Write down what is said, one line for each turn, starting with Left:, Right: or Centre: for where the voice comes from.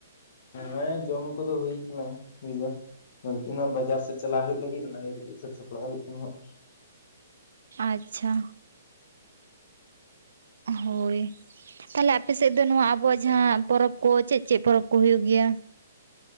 Left: ᱦᱮᱸ ᱡᱚᱢ ᱠᱚᱫᱚ ᱦᱩᱭ ᱠᱟᱱᱟ ᱦᱩᱭᱫᱚ <unintelligible> ᱠᱤᱜ ᱵᱟᱡᱟᱨ ᱥᱮᱫ ᱪᱟᱞᱟᱜ ᱦᱩᱭᱩᱜ ᱞᱟᱹᱜᱤᱫ ᱚᱱᱟᱭ ᱨᱮᱜ ᱥᱡᱽ ᱥᱟᱯᱲᱟᱣ ᱦᱩᱭᱩᱜ ᱠᱟᱱᱟ ᱦᱟᱸᱜ
Right: ᱟᱪᱪᱷᱟ ᱦᱳᱭ ᱛᱟᱦᱞᱮ ᱟᱯᱮᱥᱮᱫ ᱫᱚ ᱱᱚᱣᱟ ᱟᱵᱩᱣᱟᱜ ᱡᱟᱦᱟᱸ ᱯᱚᱨᱚᱵᱽ ᱠᱚ ᱪᱮᱫ ᱪᱮᱫ ᱯᱚᱨᱚᱵᱽ ᱠᱚ ᱦᱩᱭᱩᱜ ᱜᱮᱭᱟ